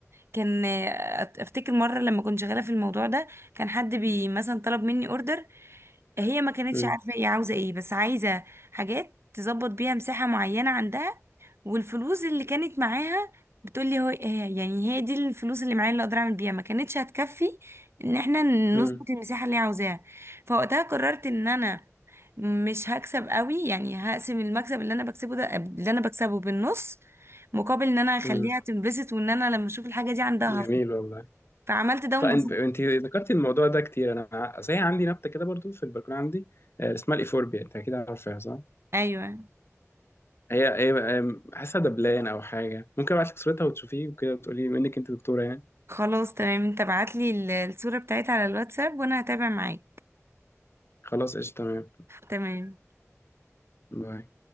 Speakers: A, on the right; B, on the left.
A: كان آه، أت- افتكر مره لما كنت شغاله في الموضوع ده كان حد بي مثلا طلب مني اوردر هي ما كانتش
B: مم،
A: عارفه هي عاوزه ايه بس عايزه حاجات تظبط بيها مساحه معينه عندها والفلوس اللي كانت معاها بتقولي هو هي يعني هي دي الفلوس اللي معايا اللي اقدر اعمل بيها ما كانتش هتكفي ان احنا
B: مم،
A: نظبط المساحه اللي هي عاوزاها فوقتها قررت ان انا مش هكسب قوي يعني هقسم المكسب اللي انا بكسبه ده اللي انا بكسبه بالنص مقابل ان انا اخليها
B: مم.
A: تنبسط وان انا لما اشوف الحاجه دي عندها
B: جميل
A: هفرح
B: والله
A: فعملت ده
B: طيب
A: وانبسطت
B: انت ذكرتي الموضوع ده كتير انا صحيح عندي نبته كده برضو في البلكونه عندي آه، اسمها الايفوربيا انت اكيد عارفها صح؟
A: ايوه
B: هي هي هي حاسه دبلان او حاجه ممكن ابعت لك صورتها وتشوفيه وكده وتقولي منك انت دكتوره يعني
A: خلاص تمام انت ابعت لي الصوره بتاعتها على الواتساب وانا هتابع معاك
B: خلاص قشطه تمام
A: تمام
B: باي